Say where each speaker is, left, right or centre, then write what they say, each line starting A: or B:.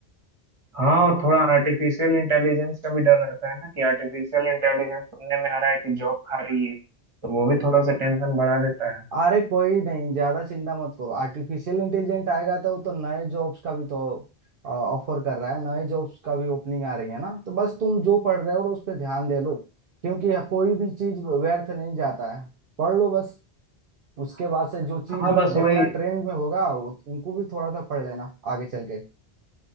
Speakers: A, on the right (about 30°); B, on the right (about 60°).
A: हाँ और थोड़ा आर्टिफिशियल इंटेलिजेंस का भी डर रहता है ना कि आर्टिफिशियल इंटेलिजेंस सुनने में आ रहा है कि जॉब खा रही है तो वो भी थोड़ा सा टेंशन बढ़ा देता है
B: अरे कोई नहीं ज्यादा चिंता मत करो आर्टिफिशियल इंटेलिजेंट आएगा तो वो तो नए जॉब्स का भी तो ऑफर कर रहा है नए जॉब्स का भी ओपनिंग आ रही है ना तो बस तुम जो पढ़ रहे हो उस पर ध्यान दे लो क्योंकि कोई भी चीज व्यर्थ नहीं जाता है पढ़ लो बस उसके बाद से जो चीज
A: हाँ बस वही
B: देखना ट्रेंड में होगा वो- उनको भी थोड़ा सा पढ़ लेना आगे चल के